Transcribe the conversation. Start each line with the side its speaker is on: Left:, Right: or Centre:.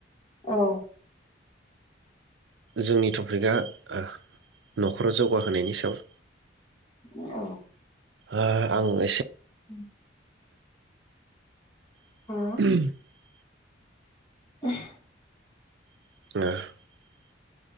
Left: औ।
Right: जोंनि टपिकआ ओ न'खराव जौगाहोनायनि सायाव।
Left: औ
Right: ओ आं एसे।
Left: <unintelligible>
Right: <inaudible>
Left: हा <inaudible>
Right: <inaudible>